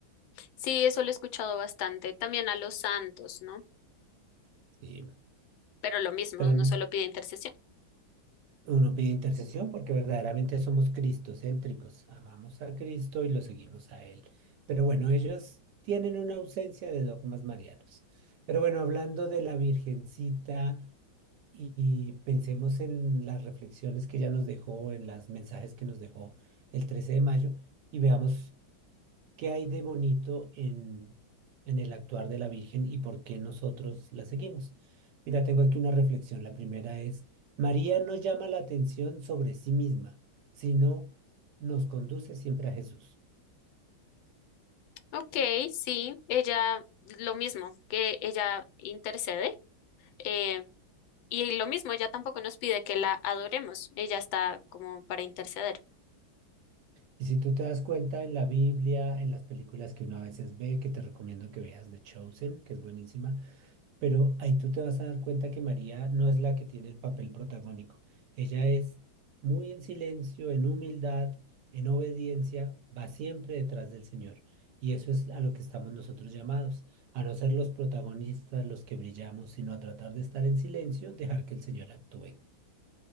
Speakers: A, on the left; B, on the right.
A: Sí, eso lo he escuchado bastante. También a los santos, ¿no?
B: Sí,
A: Pero lo mismo,
B: Pero
A: uno
B: no,
A: solo pide intercesión.
B: uno pide intercesión porque verdaderamente somos cristocéntricos, amamos a Cristo y lo seguimos a Él. Pero bueno, ellos tienen una ausencia de dogmas marianos. Pero bueno, hablando de la Virgencita y, y pensemos en las reflexiones que ella nos dejó, en los mensajes que nos dejó el 13 de mayo y veamos. ¿Qué hay de bonito en, en el actuar de la Virgen y por qué nosotros la seguimos? Mira, tengo aquí una reflexión. La primera es, María no llama la atención sobre sí misma, sino nos conduce siempre a Jesús.
A: Ok, sí, ella, lo mismo, que ella intercede. eh, y lo mismo, ella tampoco nos pide que la adoremos. Ella está como para interceder.
B: Y si tú te das cuenta en la Biblia, en las películas que uno a veces ve, que te recomiendo que veas The Chosen, que es buenísima, Pero ahí tú te vas a dar cuenta que María no es la que tiene el papel protagónico. Ella es muy en silencio, en humildad, en obediencia, va siempre detrás del Señor. Y eso es a lo que estamos nosotros llamados, a no ser los protagonistas, los que brillamos, sino a tratar de estar en silencio, dejar que el Señor actúe.